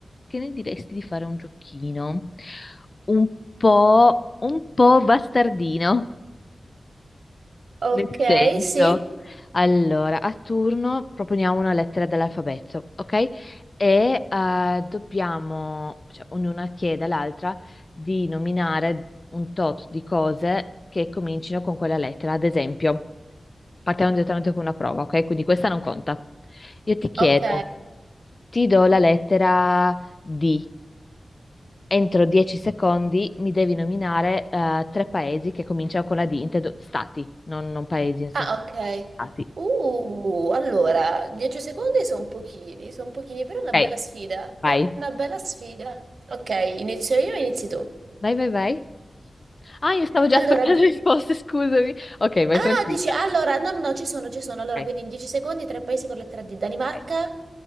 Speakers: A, on the left (about 35°); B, on the right (about 70°).
A: Che ne diresti di fare un giochino un po', un po' bastardino?
B: Ok,
A: Nel senso,
B: sì,
A: allora, a turno proponiamo una lettera dell'alfabeto, ok? E eh, dobbiamo, cioè, ognuna chiede all'altra di nominare un tot di cose che comincino con quella lettera. Ad esempio, partiamo direttamente con una prova, ok? Quindi questa non conta. Io ti chiedo,
B: ok.
A: ti do la lettera D. Entro 10 secondi mi devi nominare eh, tre paesi che cominciano con la D, intendo stati, non, non paesi, nel senso
B: Ah, ok.
A: stati.
B: Uh, allora, 10 secondi sono pochini, sono pochini, però è una
A: Ok,
B: bella sfida.
A: vai.
B: È una bella sfida. Ok, inizio io, inizi tu.
A: Vai, vai, vai. Ah, io stavo già
B: Allora,
A: aspettando
B: di-
A: le risposte, scusami. Ok, vai
B: ah,
A: tranquilla.
B: dici, allora, no, no, no, ci sono, ci sono. Allora,
A: Ok,
B: quindi in 10 secondi, tre paesi con lettera D. Danimarca
A: vai.